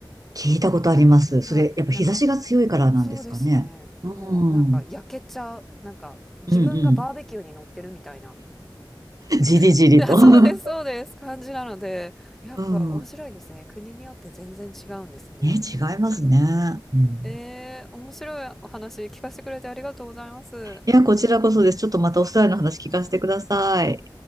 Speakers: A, on the right; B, in the centre.
A: 聞いたことあります。
B: はい。
A: それ、やっぱ日差しが強いからなんですかね。
B: なんか、そうですね。
A: うん。
B: もうなんか焼けちゃう。
A: うん
B: なんか、自分がバーベキューに乗ってるみたいな。
A: うん。じりじりと。
B: <laughs> いやそうです、
A: <laughs>
B: そうです。感じなので、やっぱ面白いですね。
A: うん。
B: 国によって全然違うんですね。
A: ね、違いますね。
B: ね。
A: うん。
B: えー、面白いお話聞かせてくれてありがとうございます。
A: いや、こちらこそです。ちょっとまたお二人の話聞かせてください。